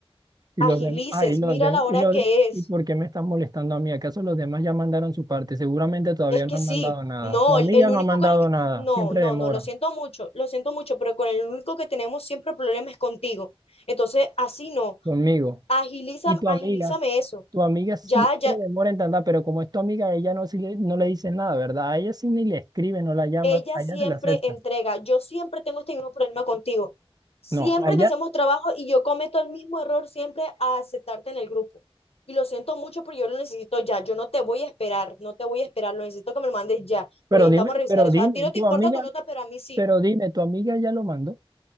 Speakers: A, on the right; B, on the left.
A: y
B: agilices,
A: los demás, y los
B: mira
A: dem-
B: la hora
A: y los
B: que
A: de-
B: es.
A: ¿y por qué me están molestando a mí? ¿Acaso los demás ya mandaron su parte? Seguramente todavía
B: Es
A: no
B: que
A: han
B: sí,
A: mandado nada.
B: no,
A: Tu amiga
B: el, el
A: no
B: único
A: ha mandado
B: con el que...
A: nada,
B: No,
A: siempre
B: no,
A: demora
B: no, lo siento mucho, lo siento mucho, pero con el único que tenemos siempre problemas es contigo. Entonces, así no,
A: conmigo.
B: agilízame,
A: Y tu
B: agilízame
A: amiga,
B: eso.
A: tu amiga siempre
B: Ya, ya,
A: demora en tanta, pero como es tu amiga, a ella no, si le- no le dices nada, ¿verdad? A ella sí ni le escribe, no la llama,
B: ella
A: a
B: siempre
A: ella se la acepta.
B: entrega, yo siempre tengo este mismo problema contigo. Siempre
A: No, a ella,
B: que hacemos trabajo y yo cometo el mismo error siempre a aceptarte en el grupo. Y lo siento mucho, pero yo lo necesito ya. Yo no te voy a esperar, no te voy a esperar, lo necesito que me lo mandes ya,
A: pero
B: porque necesitamos
A: dime,
B: revisar
A: pero
B: eso.
A: dime,
B: A ti no
A: tu
B: te importa
A: amiga
B: tu nota, pero a mí sí.
A: Pero dime, ¿tu amiga ya lo mandó?